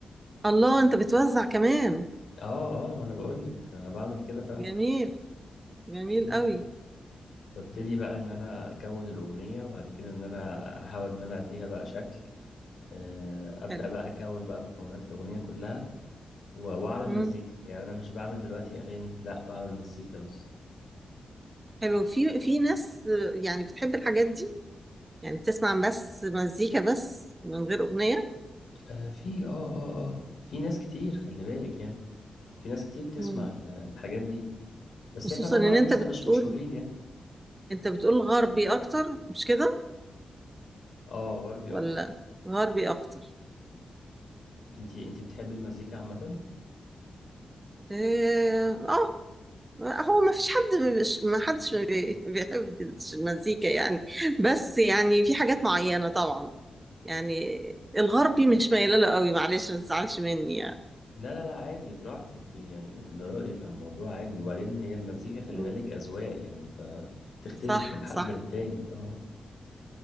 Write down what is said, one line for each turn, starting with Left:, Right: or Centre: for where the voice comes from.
Right: الله انت بتوزع كمان
Left: اه اه ما انا بقولك انا بعمل كده فعلا
Right: جميل جميل
Left: مم.
Right: قوي
Left: ببتدي بقى ان انا اكون الاغنيه وبعد كده ان انا احاول ان انا اديها بقى شكل آه، ابدا
Right: حلو
Left: بقى اكون بقى مكونات الاغنيه كلها و- واعمل
Right: امم
Left: مزيكا يعني انا مش بعمل دلوقتي اغاني لا بعمل مزيكا بس
Right: حلو في في ناس آه، يعني بتحب الحاجات دي يعني بتسمع بس مزيكا بس من غير اغنية
Left: آه في اه اه اه في ناس كتير خلي بالك يعني في ناس كتير بتسمع
Right: امم
Left: ال- الحاجات دي بس
Right: خصوصا
Left: احنا طبعا
Right: ان
Left: لسه
Right: انت بتقول
Left: مش مشهورين يعني
Right: انت بتقول غربي اكتر مش كده
Left: اه غربي
Right: ولا
Left: اكتر
Right: غربي اكتر
Left: انتي انتي بتحبي المزيكا عامة
Right: إيه، اه هو ما فيش حد مش- ما حدش بي- <laughs> بيحب المزيكا يعني بس يعني في حاجات معينة طبعا يعني الغربي مش مايله له قوي معلش ما تزعلش مني يعني
Left: لا لا لا عادي براحتك دي يعني ده رأيك على الموضوع عادي وبعدين هي المزيكا خلي
Right: مم.
Left: بالك أذواق يعني فبتختلف
Right: صح
Left: من حد
Right: صح
Left: للتاني اه